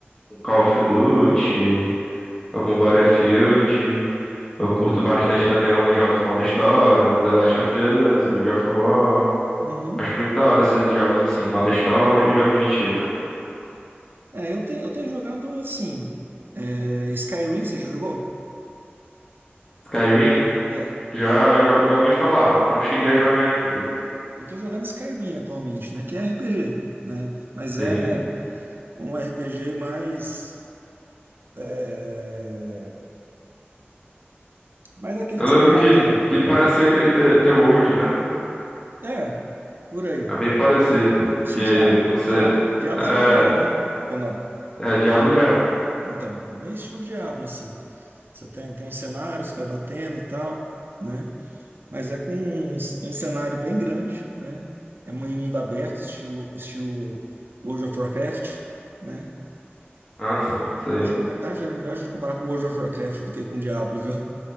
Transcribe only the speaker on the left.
um Call of Duty, algum Battlefield. Eu curto bastante também alguns jogos modo história, The Last of Us, God of War.
Acho muito da hora esses jogos assim, modo história e jogo de tiro também.
Skyrim,
já, já, já ouvi falar, não cheguei a jogar ainda.
Sim.
Eu
lembro
que, que parece ser aquele The, The World, né?
É bem parecido.
Que
você.
É,
é Diablo já.
Ah, sim, sei.